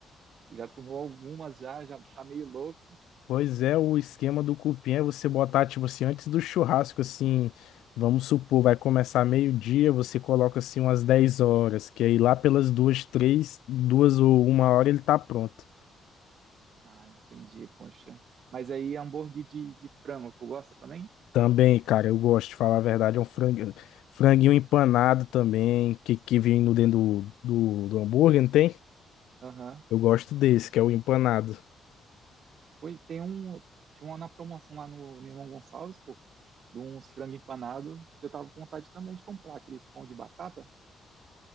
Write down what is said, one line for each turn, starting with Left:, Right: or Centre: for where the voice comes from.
Right: já tomou algumas já, já tá meio louco.
Left: Pois é, o esquema do cupim é você botar, tipo assim, antes do churrasco, assim, vamos supor, vai começar meio-dia, você coloca assim umas 10 horas, que aí lá pelas duas, três, duas ou uma hora ele tá pronto.
Right: Ah, entendi, poxa. Mas aí hambúrguer de, de frango, tu gosta também?
Left: Também, cara, eu gosto de falar a verdade, é um franguinho, franguinho empanado também, que, que vem no dentro do, do, do hambúrguer, não tem?
Right: Aham.
Left: Eu gosto desse, que é o empanado.
Right: Pois tem um, tinha uma na promoção lá no, no Irmão Gonçalves, pô, de uns frango empanado, que eu tava com vontade também de comprar, aqueles pão de batata.